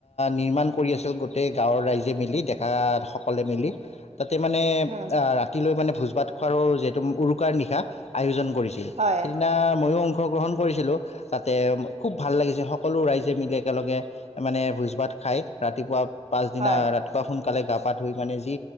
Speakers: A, on the left; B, on the right.
A: নিৰ্মাণ কৰি আছিল গোটেই গাঁওত ৰাইজে মিলি ডেকাসকলে মিলি তাতে মানে
B: উম
A: ৰাতিলৈ মানে ভোজ ভাত খোৱাৰো যিহেতু উৰুকাৰ নিশা আয়োজন কৰিছিল
B: হয়
A: সেইদিনা মইয়ো অংশগ্ৰহণ কৰিছিলোঁ তাতে খুব ভাল লাগিছে সকলো ৰাইজে মিলি একেলগে মানে ভোজ ভাত খায় ৰাতিপুৱা পাছদিনা
B: হয়
A: ৰাতিপুৱা সোনকালে গা পা ধুই মানে যি